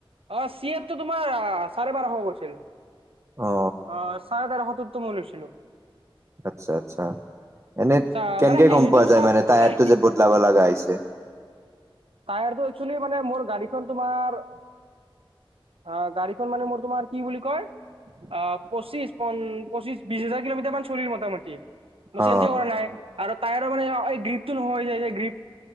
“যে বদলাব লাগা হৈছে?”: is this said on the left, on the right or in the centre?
Right